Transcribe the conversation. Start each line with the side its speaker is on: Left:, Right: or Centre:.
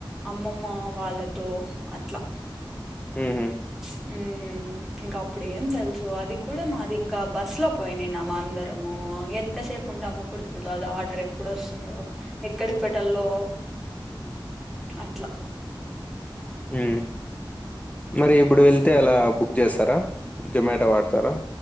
Centre: అమ్మమ్మ వాళ్ళతో అట్లా
Left: హ్ హ్
Centre: హ్ ఇంకా అప్పుడ ఏం తెలుసు. అది కూడా మాది ఇంకా బస్ లో పోయి నిన్నాము అందరము. ఎంతసేపు ఉంటాము <unintelligible> ఆర్డర్ ఎప్పుడు వస్తుందో ఎక్కడికి పెట్టలో అట్లా
Left: హు మరి ఇప్పుడు వెళ్తే అలా బుక్ చేస్తారా జొమాటో వాడతారా